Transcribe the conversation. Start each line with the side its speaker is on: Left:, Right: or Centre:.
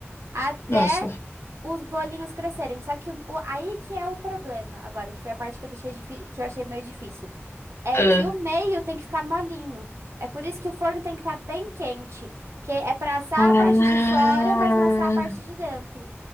Right: até
Left: Nossa.
Right: os bolinhos crescerem. Só que o, o- aí que é o problema, agora, que foi a parte que eu deixei difí- que eu achei meio difícil, é
Left: Ah.
Right: que o meio tem que ficar molinho. É por isso que o forno tem que estar bem quente, porque é pra assar
Left: Ah.
Right: a parte de fora, mas não assar a parte de dentro.